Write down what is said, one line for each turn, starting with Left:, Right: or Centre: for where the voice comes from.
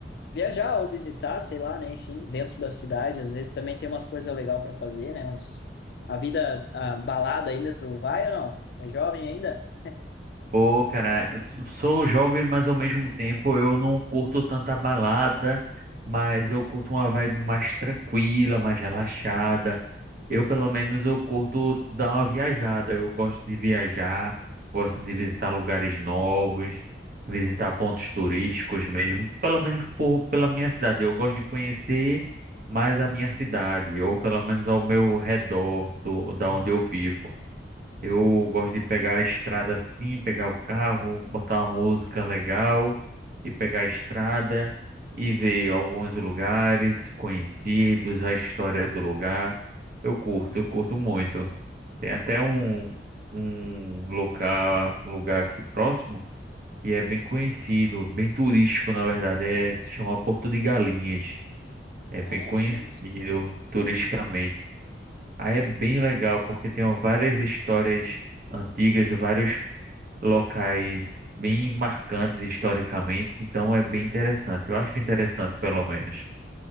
Left: viajar ou visitar, sei lá, né? Enfim, dentro da cidade, às vezes também tem umas coisas legais para fazer, né? Uns... A vida, a balada ainda, tu vai ou não? É jovem ainda?
Right: Pô, cara, s- sou jovem, mas ao mesmo tempo eu não curto tanta balada, mas eu curto uma vibe mais tranquila, mais relaxada. Eu, pelo
Left: Uhum.
Right: menos, eu curto dar uma viajada. Eu gosto de viajar, gosto de visitar lugares novos, visitar pontos turísticos mesmo. Pelo menos por, pela minha cidade. Eu gosto de conhecer mais a minha cidade, ou pelo menos ao meu redor do, da
Left: Uhum.
Right: onde eu vivo. Eu
Left: Sim, sim.
Right: gosto de pegar a estrada assim, pegar o carro, botar uma música legal e pegar a estrada e ver alguns lugares conhecidos, a história do lugar. Eu curto,
Left: Uhum.
Right: eu curto muito. Tem até
Left: Ah,
Right: um, um local, lugar aqui próximo que é bem conhecido, bem turístico, na verdade, é, se chama Porto de Galinhas. É bem
Left: ah,
Right: conhecido
Left: sim, sim.
Right: turisticamente.
Left: Uhum.
Right: Aí é bem legal, porque tem várias histórias antigas, vários locais bem marcantes historicamente, então é bem interessante. Eu acho interessante, pelo menos.